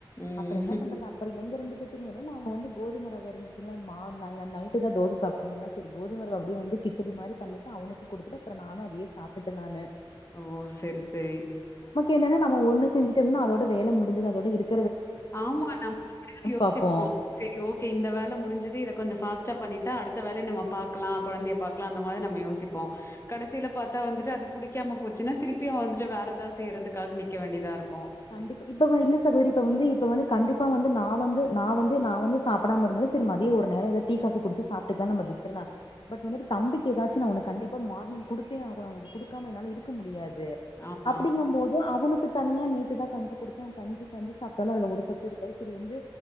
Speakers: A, on the left; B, on the left.
A: ம்
B: அப்புறம் என்ன பண்றது அப்புறம் எங்க ரெண்டு பேர்க்கு <unintelligible> நாங்க வந்து கோதும ரவை இருந்துச்சுங்களா மா நாங்க நைட்டு தான் தோசை சாப்பிட்டுந்தங்கள சரி கோதுமரவ அப்படியே வந்து கிச்சடி மாறி பண்ணிட்டு அவனுக்குடுத்துட்டு அப்புறம் நானும் அதே சாப்ட் இருக்க நானு
A: ஓ சரி சரி
B: என்னனா நம்ம ஒன்னு செஞ்சிட்டம்னா அதோட வேலை முடிஞ்சது அதோடு இருக்கு
A: ஆமா நம்ம அப்படித்தானே யோசிச்சிப்போம்
B: பாப்போ
A: சரி ஓகே இந்த வேலை முடிஞ்சது இதை கொஞ்சம் ஃபாஸ் எக்ஸ்ட்ரா பண்ணிட்டா அடுத்த வேலை நம்ம பாக்லாம் குழந்தையை பாக்லாம் அந்த மாரி நம்ம யோசிப்போம் கடைசில பாத்தா வந்துட்டு அது புடிக்காம போச்சுனா திருப்பி வந்துட்டு வேற ஏதாவது செய்றதுக்காக நிக்க வேண்டியதா இருக்கு
B: கண்டிப்பா இப்போ வா இல்ல சகோதரி இப்போ வந்து இப்போ வந்து கண்டிப்பா வந்து நான் வந்து நான் வந்து நான் வந்து சாப்பிடாம இருந்தாது சரி மதியே ஒரு நேரல டீ காபி குடிச்சு சாப்பிட்டுக்லாம் நம்ம விட்டுலாம் பட் வந்து தம்பிக்கு ஏதாச்சும் நான் அவன கண்டிப்பா மார்னிங் குடுத்தே ஆகணும் அவனக்கு குடுக்காம என்னால இருக்க முடியாது <unintelligible>
A: ஆமா
B: அப்படிங்க போது அவனுக்கு தனியா நீ இப்ப தான் கஞ்சி குடுத்தேன் கஞ்சி கஞ்சி சாப்பிட்டாலும் அதில் ஒரு சத்து இருக்காது சரி வந்து